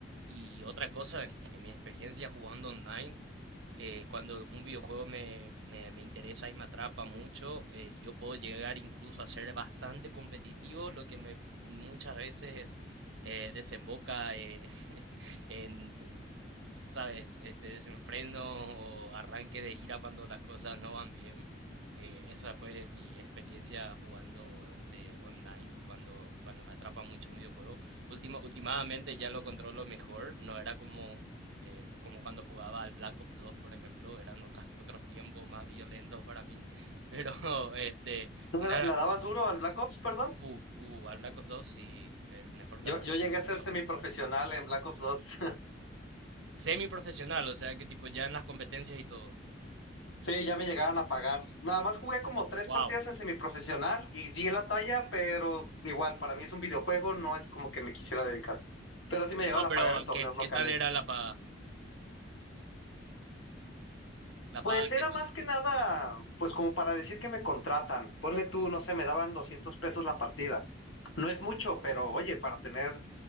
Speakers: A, on the right (about 75°); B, on the left (about 80°).
A: Y otra cosa, que mi experiencia jugando online, eh, cuando un videojuego me, me, me interesa y me atrapa mucho, eh, yo puedo llegar incluso a ser bastante competitivo, lo que me muchas veces eh, desemboca eh, <laughs> en, ¿sabes? Este desenfreno o arranque de ira cuando las cosas no van bien. Eh, esa fue mi experiencia jugando este online cuando, cuando me atrapa mucho un videojuego. Última, últimamente ya lo controlo mejor, no era como, eh, como cuando jugaba al Black Ops 2, por ejemplo, eran otras, otros tiempos más violentos para mí, pero <laughs> este,
B: le
A: una,
B: le dabas duro al Black Ops, perdón?
A: uh, uh, al Black Ops 2 sí, el mejor
B: Yo,
A: Call of
B: yo
A: Duty
B: llegué a ser
A: en lo
B: semiprofesional
A: personal.
B: en Black Ops 2. <laughs>
A: Semiprofesional, o sea que tipo ya en las competencias y todo.
B: Sí, ya me llegaban a pagar. Nada más jugué como tres
A: Wow.
B: partidas en semiprofesional y di la talla, pero igual, para mí es un videojuego, no es como que me quisiera dedicar. Pero sí me llegaban
A: No,
B: a
A: pero
B: pagar en torneos
A: ¿qué, qué
B: locales.
A: tal era la paga? La paga,
B: Pues era
A: ¿qué tal?
B: más que nada, pues como para decir que me contratan. Ponle tú, no sé, me daban 200 pesos la partida. No es mucho, pero oye, para tener